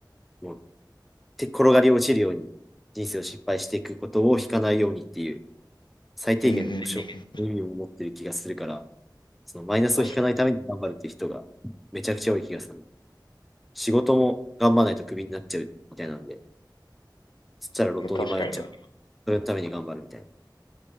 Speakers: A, in the centre; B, on the left (about 75°).
A: もう手転がり落ちるように人生を失敗していくことを引かないようにっていう最低限の保証の意味を持ってる気がするから、
B: うん、うんうん。
A: そのマイナスを引かないために頑張るっていう人がめちゃくちゃ多い気がする。
B: 確かに。
A: 仕事も頑張らないとクビになっちゃうみたいなんで、そしたら路頭に迷っちゃう。
B: まあ、確かにな、確
A: それのために頑張るみたいな。